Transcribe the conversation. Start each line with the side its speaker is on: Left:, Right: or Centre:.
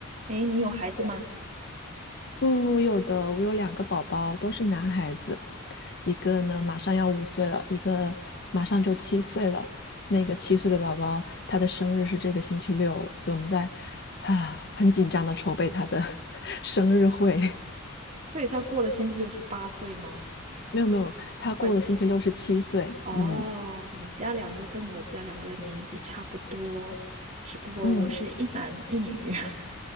Right: 诶，你有孩子吗？
Left: 嗯，我有的，我有两个宝宝，都是男孩子，一个呢马上要五岁了，一个马上就七岁了。那个七岁的宝宝，他的生日是这个星期六，所以我们在啊很紧张的筹备他的 <laughs> 生日会。
Right: 所以他过了星期六是八岁吗？
Left: 没有没有，他过了星期六是七岁。
Right: 快，哦，
Left: 嗯
Right: 你家两个跟我家两个年纪差不多，只不过我是一男一女。
Left: 嗯，
Right: <laughs>